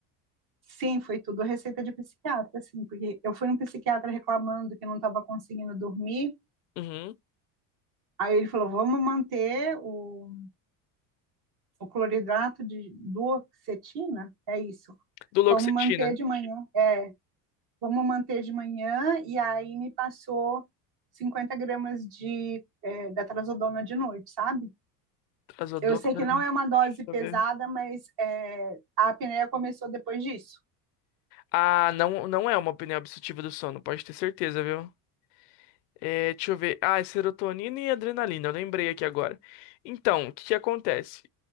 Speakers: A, on the right; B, on the left.
A: Sim, foi tudo receita de psiquiatra, assim, porque eu fui num psiquiatra reclamando que não estava conseguindo dormir.
B: Uhum.
A: Aí ele falou: vamos manter o, o cloridrato de duoxetina, é isso.
B: Do Duloxetina,
A: Vamos manter de manhã. É, vamos manter de manhã. E aí me passou 50 gramas de é, da trazodona de noite, sabe?
B: trazodona,
A: Eu sei que não é uma dose
B: deixa
A: pesada,
B: eu ver.
A: mas é, a apneia começou depois disso.
B: Ah, não, não é uma apneia obstrutiva do sono, pode ter certeza, viu? É, deixa eu ver. Ah, é serotonina e adrenalina. Eu lembrei aqui agora. Então, o que que acontece?